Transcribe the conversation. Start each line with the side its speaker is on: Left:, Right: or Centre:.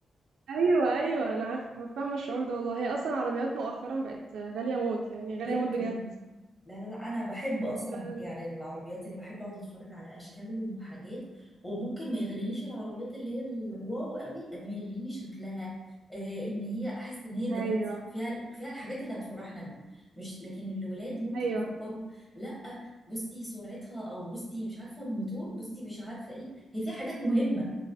Right: ايوه ايوه انا عارفه فاهمه الشعور ده والله هي اصلا عربيات مؤخرا بقت غاليه موت يعني غاليه
Left: جيت
Right: موت بجد
Left: لا لا لا انا بحب اصلا
Right: فعلا
Left: يعني العربيات اني بحب اقعد اتفرج على اشكالهم وحاجات وممكن ما يغرينيش العربيات اللي هي الواو قوي قد ما يغريني شكلها آه ان هي احس ان هي بناتي
Right: ايوه
Left: فيها فيها الحاجات اللي هتفرحنا انا مش لكن الولاد ممكن
Right: ايوه
Left: يفكروا لا بصي سرعتها او بصي مش عارفه الموتور بصي مش عارفه ايه هي فيها حاجات مهمه